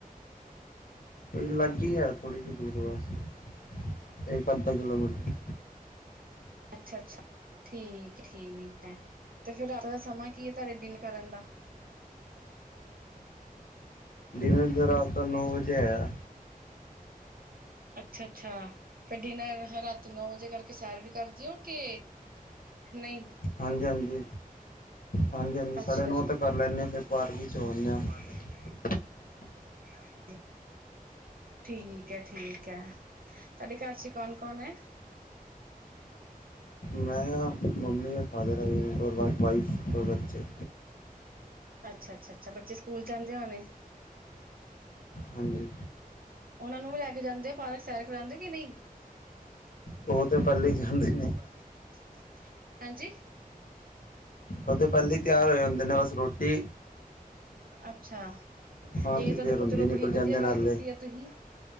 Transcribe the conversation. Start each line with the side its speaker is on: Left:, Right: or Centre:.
Left: ਲਾਗੇ ਹੀ ਹੈ, ਥੋੜ੍ਹੀ ਜਿਹੀ ਦੂਰ ਵਾਸਤੇ ਇੱਕ ਅੱਧਾ ਕਿਲੋਮੀਟਰ
Right: ਅੱਛਾ-ਅੱਛਾ, ਠੀਕ-ਠੀਕ ਹੈ, ਤੇ ਫਿਰ ਰਾਤ ਦਾ ਸਮਾਂ ਕੀ ਹੈ ਤੁਹਾਡੇ ਡਿਨਰ ਕਰਨ ਦਾ?
Left: ਡਿਨਰ ਰਾਤ ਦਾ ਨੌ ਵਜੇ ਆਇਆ।
Right: ਅੱਛਾ-ਅੱਛਾ। ਫਿਰ ਡਿਨਰ ਰਾਤੀ ਨੌ ਵਜੇ ਕਰਕੇ ਸੈਰ ਵੀ ਕਰ ਦੇ ਓ ਕਿ ਨਹੀਂ?
Left: ਹਾਂਜੀ-ਹਾਂਜੀ, ਹਾਂਜੀ-ਹਾਂਜੀ,
Right: ਅੱਛਾ
Left: ਸਾਢੇ ਨੌ
Right: ਜੀ।
Left: ਤਕ ਕਰ ਲੈਂਦੇ ਹਾਂ। ਫਿਰ ਪਾਰਕ ਵਿੱਚ ਆਉਂਦੇ ਹਾਂ।
Right: <unintelligible>
Left: <unintelligible>
Right: <unintelligible> ਠੀਕ ਹੈ, ਠੀਕ ਹੈ, ਤੁਹਾਡੇ ਘਰ ਚੀ ਕੌਣ-ਕੌਣ ਹੈ?
Left: ਮੈਂ ਆ ਮੰਮੀ ਆ ਫਾਦਰ ਹੈ, ਜਾ ਵਾਈਫ ਦੋ ਬੱਚੇ।
Right: ਅੱਛਾ, ਅੱਛਾ-ਅੱਛਾ, ਬੱਚੇ ਸਕੂਲ ਜਾਂਦੇ ਹੋਨੇ?
Left: ਹਾਂਜੀ।
Right: ਉਹਨਾ ਨੂੰ ਵੀ ਲੈ ਕੇ ਜਾਂਦੇ ਆ। ਪਾਰਕ ਸੈਰ ਕਰਾਉਂਦੇ ਕਿ ਨਹੀਂ?
Left: ਉਹ ਤਾਂ ਪਹਿਲੇੇ ਹੀ ਜਾਂਦੇ ਨੇ।
Right: <inaudible> ਹੈਂਜੀ।
Left: ਉਹਦੇ ਪਹਿਲੇ ਤਿਆਰ ਹੋਏ ਹੁੰਦੇ ਨੇ, ਬਸ ਰੋਟੀ
Right: ਅੱਛਾ,
Left: ਖਾਣ
Right: ਇਹ
Left: ਦੀ
Right: ਤਾਂ
Left: ਦੇਰ
Right: ਦੇਖੋ
Left: ਹੁੰਦੀ
Right: ਚਲੋ
Left: ਨਿਕਲ
Right: ਬੜੀ
Left: ਜਾਂਦੇ
Right: ਵਧੀਆ
Left: ਨਾਲੇ
Right: ਗੱਲ ਕੀਤੀ ਆ। ਤੁਸੀਂ